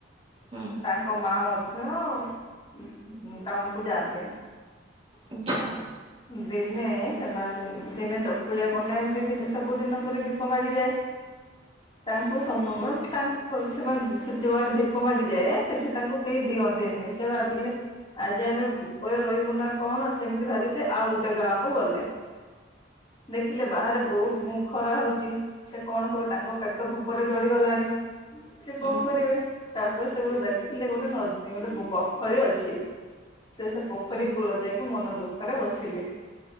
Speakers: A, on the right; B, on the left.
A: ହୁଁ
B: ତାଙ୍କ ମା ମ <unintelligible> କାମକୁ ଯାଆନ୍ତେ
A: ଆଚ୍ଛା
B: ଦେ ଦିନେ ସେମାନେ ଦିନେ ଚକୁଳିଆ ପଣ୍ଡା ଏମିତି ସବୁ ଦିନ ପୁର ଭିକ ମାଗିଯାଏ ତାଙ୍କୁ <unintelligible>
A: ହୁଁ
B: ସେମାନେ ସେ ଯୁଆଡେ ଭିକ ମାଗିଯାଏ ସେଠି ତାଙ୍କୁ କେହି ଦିଅନ୍ତିନି ସେ ଭାବିଲେ ଆଜି ଆମେ ଭୋକରେ ରହିବୁ ନା କଣ ସେମିତି ଭାବି ସେ ଆଉ ଗୋଟେ ଗାଁ କୁ ଗଲେ ଦେଖିଲେ ବାହାରେ ବହୁତ ମୁଁ ଖରା ହଉଛି ସେ କଣ କୁହ ତାଙ୍କ ପେଟ ଭୋକରେ ଜଳିଗଲାଣି ସେ
A: ହୁଁ
B: କଣ କରିବେ ତା ସେଗୋଟେ ଦେଖିଲେ ଗୋଟେ ନଦୀ ଗୋଟେ ପୋଖରୀ ଅଛି। ସେ ସେ ପୋଖରୀ
A: ହୁଁ ହୁଁ
B: କୂଳରେ ଯାଇକି ମନ ଦୁଃଖ ଖରା ବସିଲେ